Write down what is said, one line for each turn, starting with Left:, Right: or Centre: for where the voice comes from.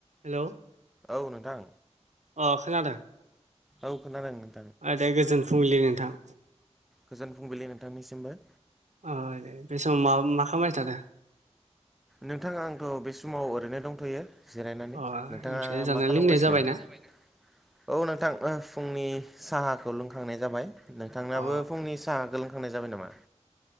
Right: Hello
Centre: औ नोंथां
Right: अ खोनादों
Centre: औ खोनादों
Right: ओ दे गोजोन मोनाबिलि
Centre: गोजोन फुंबिलि नोंथांनिसिमबो
Right: अ दे बे समाव म मा खालामबाय थादों
Centre: नोंथाङा आंथ' बे समाव ओरैनो दंथ'यो जिरायनानै
Right: अ
Centre: नोंथाङा
Right: ओमफ्राय जानाय
Centre: मा खालामगासिनो
Right: लोंनाय जाबायना
Centre: औ नोंथां फुंनि साहाखौ लोंखांनाय जाबाय नोंथांनाबो
Right: अ
Centre: फुंनि साहाखो लोंखा थांनाय जाबाय नामा